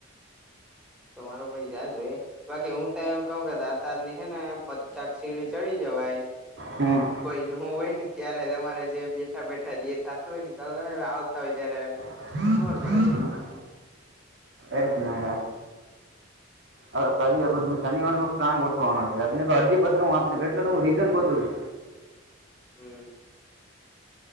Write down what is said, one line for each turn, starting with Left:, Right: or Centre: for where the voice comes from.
Centre: તમારું પહિ જાજોઈ, બાકી હું તો એમ કવ કે દાદ તાર ની હે ને પચાક સીડી ચડી જવાય.
Right: હમ
Centre: કોઈ નો હોય ને ત્યારે જ અમારે જે બેઠા બેઠા જે થાતું હોય ને ઇ કર લેવાય, આવતા હોય ત્યારે
Right: <inaudible>
Centre: નોર્મલ બેહાણ
Right: એ જ ને યાર હવે કરીએ પણ તું શનિવાર નો કંઇક પ્લાન ગોઠવાનો છે એને તો અરજી પત્ર હું આપી દઉ એટલે તો હું રીઝન ગોતું હું.
Centre: હમ